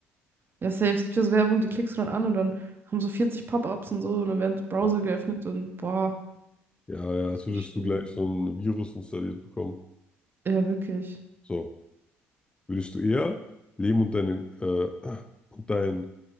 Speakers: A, on the right; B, on the left.
A: Ja, safe, es gibt ja so Werbung, die klickst du dann an und dann haben so 40 Pop-ups und so und dann werden Browser
B: Ja.
A: geöffnet und boah,
B: Ja, ja, als
A: das
B: würdest
A: ist schlimm.
B: du gleich so ein Virus installiert bekommen.
A: Ja, wirklich.
B: So, würdest du eher Leben und deine äh, und dein